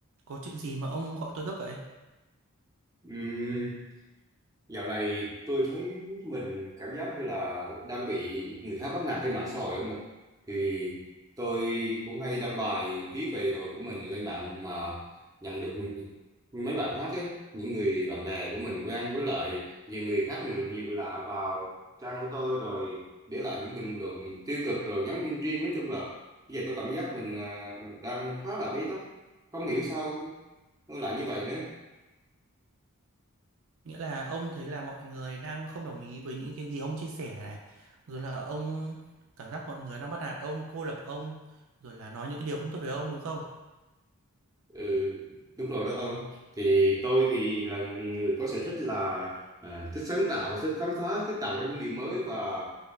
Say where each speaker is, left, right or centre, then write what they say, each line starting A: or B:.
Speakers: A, on the right (about 65°); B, on the right (about 15°).
A: Có chuyện gì mà ông gọi tôi gấp vậy?
B: Ừm, dạo này tôi thấy mình cảm giác như là đang bị người khác bắt nạt trên mạng xã hội không ạ? Thì tôi cũng hay đăng bài viết về đồ của mình lên mạng mà nhận được mấy bạn khác ấy, những người bạn bè của mình quen với lại nhiều người khác nhiều nhiều người lạ vào trang của tôi rồi để lại những bình luận tiêu cực rồi nhắn tin riêng nói chung là bây giờ tôi cảm giác mình à, đang khá là bế tắc không hiểu sao nó lại như vậy nữa
A: Nghĩa là ông thấy là mọi người đang không đồng ý với những cái gì ông chia sẻ này. Rồi là ông cảm giác mọi người đang bắt nạt ông, cô lập ông. Rồi là nói những cái điều không tốt về ông đúng không?
B: Ừ, đúng rồi đó ông. Thì tôi thì là người có sở thích là à, thích sáng tạo, thích khám phá, thích tạo ra những điều mới và